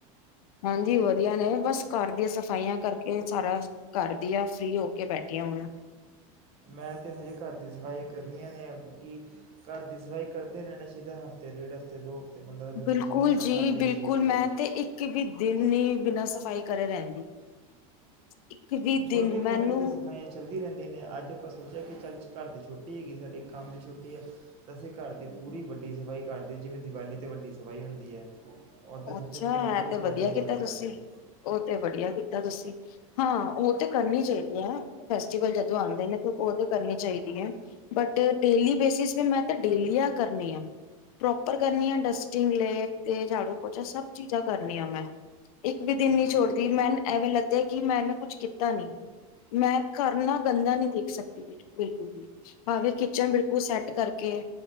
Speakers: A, on the left; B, on the right.
A: ਹਾਂਜੀ ਵਧੀਆ ਨੇ ਬਸ ਘਰ ਦੀਆਂ ਸਫ਼ਾਈਆਂ ਕਰਕੇ ਸਾਰਾ ਘਰ ਦੀਆਂ ਫ੍ਰਰੀ ਹੋ ਕੇ ਬੈਠੀੀਆਂ ਹੁਣ
B: ਮੈਂ ਤਾਂ ਹਜੇ ਘਰ ਦੀ ਸਫਾਈ ਕਰਨੀਆਂ ਨੇ ਅੱਗਿ ਘਰ ਦੀ ਸਫਾਈ ਕਰਦੇ ਰਹਿਣਾ ਚਾਹੀਦਾ ਹਫ਼ਤੇ ਡੇਢ ਹਫਤੇ ਦੋ ਹਫ਼ਤੇ ਪੰਦਰਾਂ ਦਿਨ
A: ਬਿਲਕੁਲ
B: ਦੇ ਵਿੱਚ ਬੰਦੇ
A: ਜੀ
B: ਨੂੰ ਕਰ ਦੇਣੀ
A: ਬਿਲਕੁਲ
B: ਚਾਹੀਦੀ
A: ਮੈਂ
B: ਹੈ
A: ਤੇ ਇੱਕ ਵੀ ਦਿਨ ਹੀ ਬਿਨਾਂ ਸਫ਼ਾਈ ਘੇ ਰਹਿੰਦੀ ਇੱਕ ਵੀ
B: ਛੋਟੇ
A: ਦਿਨ
B: ਮੋਟ
A: ਮੈਨੂੰ
B: ਤੇ ਸਫਾਈਆਂ ਚੱਲਦੀ ਰਹਿੰਦੀ ਦੇ ਨੇ ਅੱਜ ਆਪਾਂ ਸੋਚਿਆ ਕਿ ਚੱਲ ਘਰ ਦੀ ਛੋੱਟੀ ਹੈਗੀ ਸਾਡੇ ਕੰਮ ਦੀ ਛੋੱਟੀ ਹੈ ਤਾਂ ਅਸੀਂ ਘਰ ਦੀ ਪੂਰੀ ਵੱਡੀ ਸਫਾਈ ਕਰਦੇ ਜਿਵੇਂ ਦਿਵਾਲੀ 'ਤੇ ਵੱਡੀ ਸਫਾਈ ਹੁੰਦੀ ਹੈ ਉੱਦਾਂ ਸੋਚਿਆ
A: ਅੱਛਾ
B: ਕਿ ਚਲੋ
A: ਹੈ
B: ਪੂਰੀ
A: ਤੇ
B: ਵੱਡੀ
A: ਵਧੀਆ
B: ਸਫਾਈ
A: ਕੀਤਾ ਤੁਸੀਂ
B: ਕਰ ਦਈਏ
A: ਉਹ ਤੇ ਵਧੀਆ ਕੀਤਾ ਤੁਸੀਂ ਹਾਂ ਉਹ ਤੇ ਕਰਨੀ ਚਾਹੀਦੀ ਹੈ ਫੈਸਟੀਵਲ ਜਦੋਂ ਆਉਂਦੇ ਨੇ ਤੇ ਔ ਤੇ ਕਰਨੀ ਚਾਹੀਦੀ ਯਸ ਬਟ ਡੇਲੀ ਬੇਸਿਸ ਪੇ ਮੈਂ ਤਾਂ ਡੇਲੀ ਆਂ ਕਰਨੀ ਆ ਪ੍ਰੋਪਰ ਕਰਨੀ ਆ ਡਸਟਿੰਗ ਲੈ ਤੇ ਝਾੜੂ ਉਹਾ ਸਭ ਚੀਜ਼ਾਂ ਕਰਨੀਆਂ ਮੈਂ ਇੱਕ ਵੀ ਦਿਨ
B: ਜੀ
A: ਨ ਛੋੜਦੀ ਮੈਨੂੰ ਐਵੇਂ ਲੱਗਿਆ ਕਿ ਮੈਂਨ ਕੁਛ ਕੀਤਾ ਪਤਾ ਨਹੀ ਮੈਂ ਘਰ ਨਾ ਗੰਦਾ ਨੀ ਦੇਖ ਸਕਦੀ ਬਿਲਕੁਲ ਵੀ ਭਾਵੇ ਕਿਚਨ ਬਿਲਕੁਲ ਸੈੱਟ ਕਰਕੇ